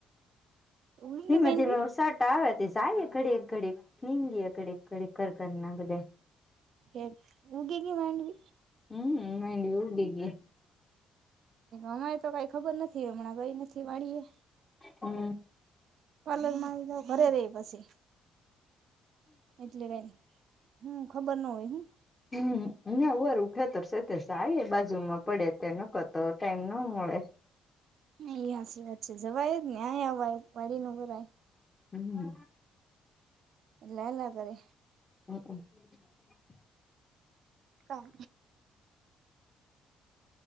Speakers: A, on the right; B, on the left.
A: ઉગી
B: ધીમે
A: ગઈ માંડવી
B: ધીમે ઉસાટા આવે તે જાયએ ઘડીક ઘડીક નીંદીએ ઘડીક ઘડીક ઘરઘરના બધાય.
A: એ ઉગીગી માંડવી.
B: હમ ન્વી ઉગીગી.
A: અમારે તો કઈ ખબર નથી હમણાં ગઈ નથી વાળીએ.
B: હમ.
A: પાર્લર માં આવી જાવ ઘરે રહી પછી એટલે કઈ. હમ ખબર નો હોય હું.
B: હમ ઉયા વારુ ખેતર છે તે જાઈએ બાજુમાં પડે તે નકર તો ટાઈમ નો મળે.
A: એયા હાશી વાત છે જવાય જ ને આહી અવાય વાડીનું કરાય.
B: હમ.
A: લે હાલાલ ઘરે.
B: હંક.
A: કા